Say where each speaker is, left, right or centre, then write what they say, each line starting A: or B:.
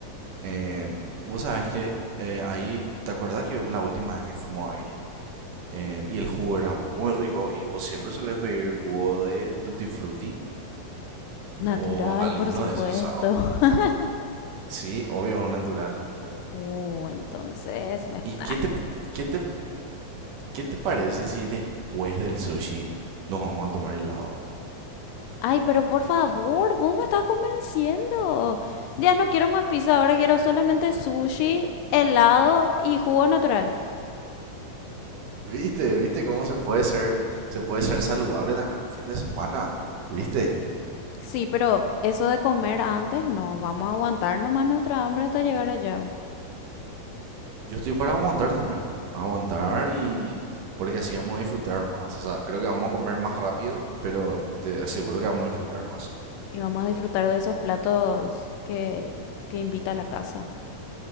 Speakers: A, on the right; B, on the left.
A: Eh, vos sabés que eh, ahí, ¿te acordás que la última vez que fuimos ahí? eh, y el jugo era muy rico y vos siempre solés pedir jugo de Tutti Frutti
B: Natural,
A: o alguno
B: por supuesto.
A: de esos. ah,
B: <laughs>
A: sí, obvio, natural, natural.
B: Uh, entonces me estás
A: ¿Y qué te, qué te, qué te parece si después del sushi nos vamos a tomar helado?
B: Ay, pero por favor, vos me estás convenciendo. Ya no quiero más pizza, ahora quiero solamente sushi, helado y jugo natural.
A: ¿Viste? ¿Viste cómo se puede ser, se puede ser saludable también un fin de semana? ¿Viste?
B: Sí, pero eso de comer antes no, vamos a aguantar nomás nuestra hambre hasta llegar allá.
A: Yo estoy para aguantar también. Aguantar y. Porque así vamos a disfrutar más. O sea, creo que vamos a comer más rápido, pero te aseguro que vamos a disfrutar más.
B: Y vamos a disfrutar de esos platos que, que invita a la casa.